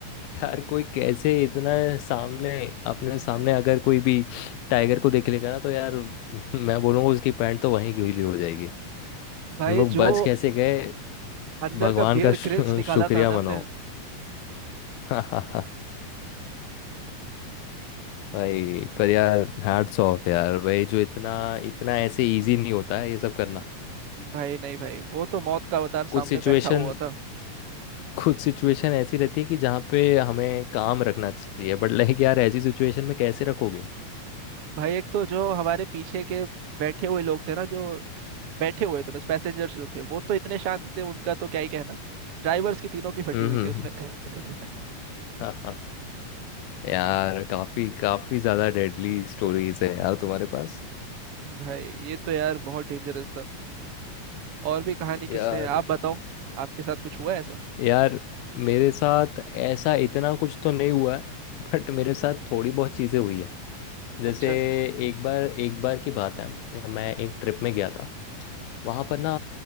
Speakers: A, on the left; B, on the right.
A: यार कोई कैसे इतना सामने अपने सामने अगर कोई भी टाइगर को देख लेगा ना तो यार <laughs> मैं बोलूँगा उसकी पैंट तो वहीं गीली हो जाएगी
B: भाई
A: तुम लोग
B: जो
A: बच कैसे गए
B: अंदर
A: भगवान
B: का बियर
A: का शु-
B: ग्रिल्स निकाला
A: शुक्रिया
B: था ना
A: मनाओ
B: हमने
A: <laughs> भाई पर यार हैट्स ऑफ यार भाई जो इतना इतना ऐसे इजी नहीं होता है ये सब करना
B: भाई नहीं भाई वो तो मौत का अवतार
A: कुछ
B: सामने
A: सिचुएशन
B: बैठा हुआ था
A: कुछ सिचुएशन ऐसी रहती है कि जहाँ पे हमें काम रखना चाहिए बट लाइक यार ऐसी सिचुएशन में कैसे रखोगे
B: भाई एक तो जो हमारे पीछे के बैठे हुए लोग थे ना जो बैठे हुए थे बस पैसेंजर्स जो थे वो तो इतने शांत थे उनका तो क्या ही कहना ड्राइवर्स की तीनों की फटी
A: हम्म
B: हुई
A: हम्म,
B: थी उसमें <laughs>
A: हाँ हाँ यार काफी काफी ज्यादा डेडली स्टोरीज है यार तुम्हारे पास
B: भाई ये तो यार बहुत डेंजरस था और भी कहानी किससे
A: यार
B: है आप बताओ आपके साथ कुछ हुआ है ऐसा
A: यार मेरे साथ ऐसा इतना कुछ तो नहीं हुआ है बट मेरे साथ थोड़ी बहुत चीजें हुई है जैसे
B: अच्छा
A: एक बार एक बार की बात है मैं एक ट्रिप में गया था वहां पर ना